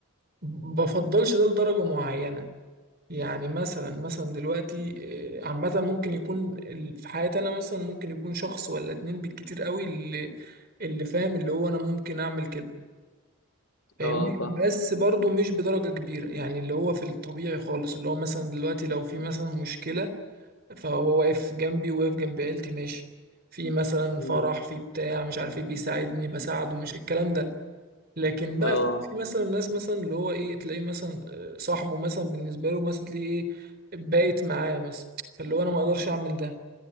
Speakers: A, on the right; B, on the left.
A: بفضلش ده لدرجة معينة يعني مثلا مثلا دلوقتي آه، عامة ممكن يكون ال- في حياتي أنا مثلا ممكن يكون شخص ولا اتنين بالكتير قوي اللي اللي فاهم اللي هو أنا ممكن أعمل كده فاهمني
B: اه فاهم
A: بس برضو مش بدرجة كبيرة يعني اللي هو في الطبيعي خالص اللي هو مثلا دلوقتي لو في مثلا مشكلة فهو واقف جنبي واقف جنب عيلتي ماشي في مثلا
B: مم.
A: فرح في بتاع مش عارف ايه بيساعدني بساعده مش الكلام ده لكن بقى
B: اه
A: في في مثلا ناس مثلا اللي هو ايه تلاقيه مثلا آه، صاحبه مثلا بالنسبه له مثلا تلاقيه ايه بايت معاه مثلا فاللي هو انا ما اقدرش اعمل ده